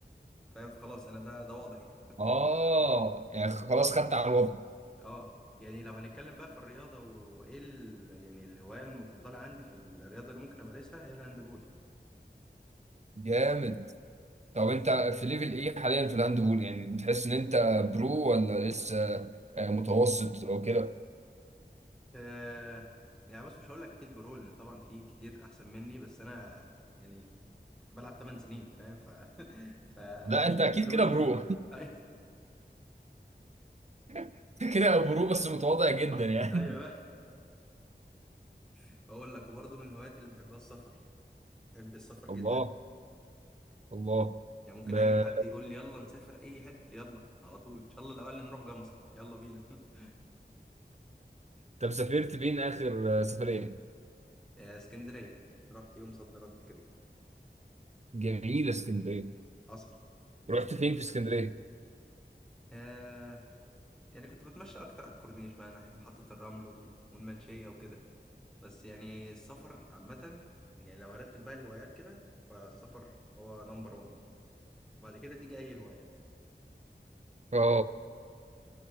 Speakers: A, in the centre; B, on the right.
A: فاهم فخلاص انا ده ده وضعي
B: اه يعني خلاص خدت على الوضع
A: اه يعني لو هنتكلم بقى في الرياضة وايه ال... يعني الهواية المفضلة عندي في الرياضة اللي ممكن امارسها هي الهاندبول
B: جامد طب انت في ليفل ايه حاليا في الهاند بول يعني تحس ان انت برو ولا لسه آه، متوسط او كده
A: آه يعني بص مش هقول لك اكيد برول لان طبعا في كتير احسن مني بس انا يعني كنت بلعب 8 سنين فاهم ف <laughs> ف
B: لا انت اكيد
A: حلوين
B: كده برو
A: يعني أيوة.
B: <laughs> انت كده برو بس متواضع جدا يعني
A: ايوه <laughs> اقول لك وبرضه من هواياتي اللي بحبها السفر بحب السفر
B: الله
A: جدا
B: الله
A: يعني ممكن
B: ب-
A: اي حد يقول لي يلا نسافر اي حته يلا على طول ان شاء الله الاول نروح جمصة يلا بينا <laughs>
B: طب سافرت فين اخر آه، سفريه
A: آه، اسكندريه رحت يوم صد رد كده
B: جميله اسكندريه
A: حصل
B: رحت فين
A: و-
B: في اسكندريه
A: آه يعني كنت بتمشى اكتر على الكورنيش بقى ناحيه محطه الرمل و- والمنشيه وكده بس يعني السفر عامه يعني لو هرتب بقى الهوايات كده فالسفر هو نمبر 1 وبعد كده تيجي اي هوايه
B: اه